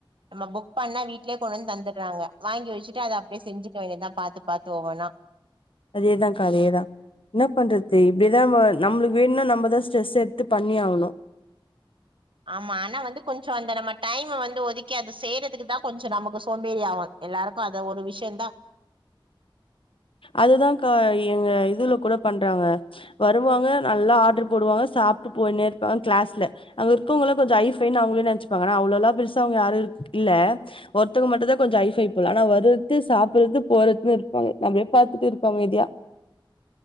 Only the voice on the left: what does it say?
அதேதாக்கா அதேதா என்ன பண்றது இப்படிதா நம்மளுக்கு வேணும்னா நம்மதா ஸ்ட்ரெஸ் எடுத்து பண்ணியாவணு
அதுதா க்கா எங்க இதுல கூட பண்றாங்க வருவாங்க நல்லா ஆட்ர் போடுவாங்க. சாப்ட்டு போயின்னே இரு கிளாஸ்ல அங்க இருக்கவ கொஞ்ச ஐஃபைனு அவங்களே நினைச்சுப்பாங்க ஆனா அவங்களா பேரிசா அவங்க யாரு. இல்ல ஒருத்தங்க மட்டு தா கொஞ்ச ஐஃபை போல ஆனா வருறது சாப்டுறது போறதுன்னு இருப்பாங்க. நம்மளே பாத்துட்டு இருகா அமைதியா.